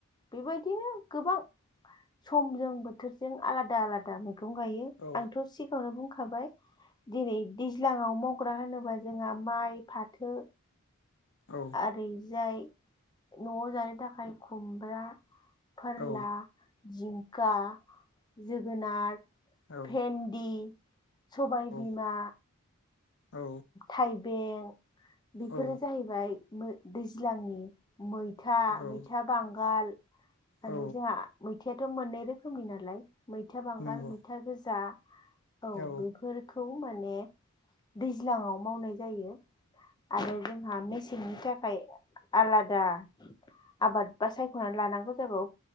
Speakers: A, on the left; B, on the left.
A: बेबायदिनो गोबां समजों बोथोरजों आलादा-आलादा मैगं गायो।
B: औ
A: आंथ' सि- गांआवनो बुंखाबाय दिनै दैज्लाङाव मावग्रा होनोबा जोंहा माइ, फाथो
B: औ
A: आरि जाय न'आव जानो थाखाय खुमब्रा, फोरला
B: औ
A: जिंखा, जोगोनार,
B: औ
A: भेन्दि सबाय
B: औ
A: बिमा,
B: औ
A: थाइबें बेफोरो
B: औ
A: जाहै- बाय दै-दैज्लांनि मैथा,
B: औ
A: मैथा बांगाल माने
B: औ
A: जोंहा मैथायाथ' मोननै रोखोमनि नालाय मैथा बांगाल
B: नंगौ
A: मैथा गोजा। औ
B: औ
A: बेफोर- खौ माने दैज्लांआव मावनाय जायो आरो जोंहा मे- सेंनि थाखाय आलादा आबाद बा सायख'नानै लानांगौ जायबा-